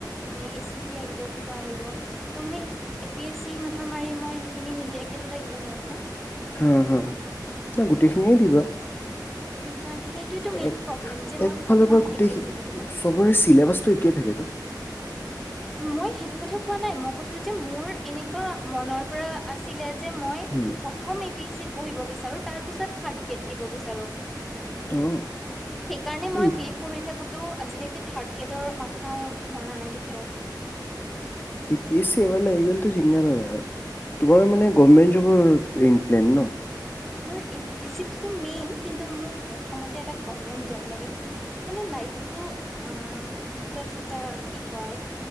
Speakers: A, in the centre; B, on the left.
A: মানে এ চি চি আহিব কিবা আহিব তহ মানে এ পি এছ চি মাথা মাৰি মই সেইখিনি নিদিয়াকো থাকিব নোৱাৰো ন
B: হা হা নাই গোটেইখিনিয়ে দিবা
A: সেইকাৰণে সেইটোৱেটো মেইন
B: এক
A: প্ৰব্লেম যে মই
B: একফালৰ
A: প্ৰথম
B: পৰা গোটেই
A: এ পি এছ চিটো দিওঁ
B: চবৰে চিলবছটো এই থাকে ন?
A: মই সেইটো কথা কোৱা নাই মই কৈছো যে মোৰ এনেকুৱা মনৰ পৰা আছে ছিলে যে যে মই
B: উম,
A: প্ৰথম এ পি এ চি ত বহিব বিচাৰো তাৰ পিছত থাৰ্ড গ্ৰেডৰ দিব বিচাৰো।
B: অ'
A: সেইকাৰণে
B: এই
A: মই বিএ পঢ়ি থাকোঁতে তটো আজিলৈকে থাৰ্ড গ্ৰেডৰ মাথাও মৰা নাই কেতিয়াও
B: ইউ পি এছি এবাৰ লাগি গ'লে টো জিঙগা লালা আৰু তোমাৰ মানে গৰ্মেট জবৰ প্লেন ন
A: মই এই পি এ ছি টো মেইন কিন্তু মোক প্ৰথমতে গৰ্মেনত জব লাগে মানে লাইফটো আম জচ এটা কি কয়